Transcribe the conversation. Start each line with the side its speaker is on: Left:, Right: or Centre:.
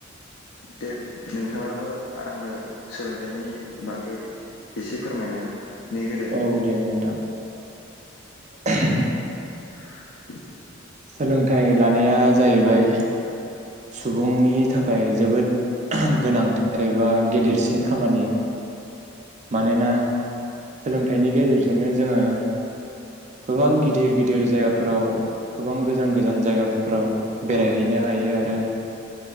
Left: दे नोंथाङाबो आंनो सोलोंथाइनि बागै एसे फोरमायनानै होदो
Right: औ दे नोंथां आहोम
Left: <inaudible>
Right: सोलोंथाइ लानाया जाहैबाय सुबुंनि थाखाय जोबोद गोनांथार एबा गेदेरसिन खामानि मानोना सोलोंथाइनि गेजेरजोंनो जोङो गोबां गिदिर गिदिर जायगाफोराव गोबां गोजान गोजान जायगाफोराव बेरायहैनो हायो आरो